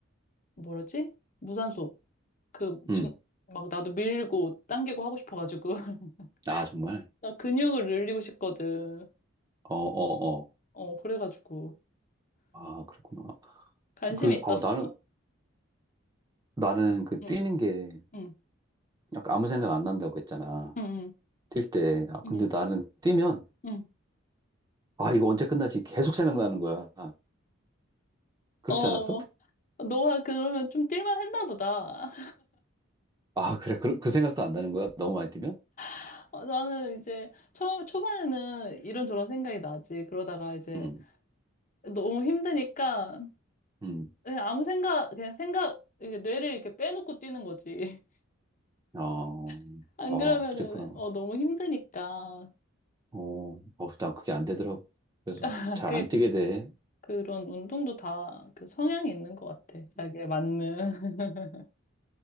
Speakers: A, on the left; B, on the right.
A: 뭐라지? 무산소 그,
B: 음,
A: 중, 막 나도 밀고 당기고 하고 싶어가지고. <laughs>
B: 아, 정말.
A: 나 근육을 늘리고 싶거든.
B: 어, 어, 어.
A: 어, 그래가지고.
B: 아, 그렇구나.
A: 관심이
B: 그,
A: 있었어.
B: 어, 나는, 나는 그
A: 응,
B: 뛰는 게
A: 응,
B: 약간 아무 생각 안 난다고 했잖아.
A: 응, 응,
B: 뛸 때. 아,
A: 응.
B: 근데 나는 뛰면,
A: 응.
B: 아, 이거 언제 끝나지? 계속 생각나는 거야. 그렇지
A: 어,
B: 않았어?
A: 너가 그러면 좀 뛸만 했나 보다.
B: 아, 그래. 그, 그 생각도 안 나는 거야. 너무 많이 뛰면?
A: <laughs> 어, 나는 이제 처, 초반에는 이런저런 생각이 나지. 그러다가 이제
B: 음,
A: 너무 힘드니까
B: 음.
A: 그냥 아무 생각, 그냥 생각, 이게 뇌를 이렇게 빼놓고 뛰는 거지.
B: 어,
A: <laughs> 안
B: 어,
A: 그러면은,
B: 그랬구나.
A: 어, 너무 힘드니까.
B: 어, 어, 난 그게 안 되더라고. 그래서
A: <laughs>
B: 잘 안 뛰게 돼.
A: 그런 운동도 다 그 성향이 있는 것 같아. 자기에 맞는. <laughs>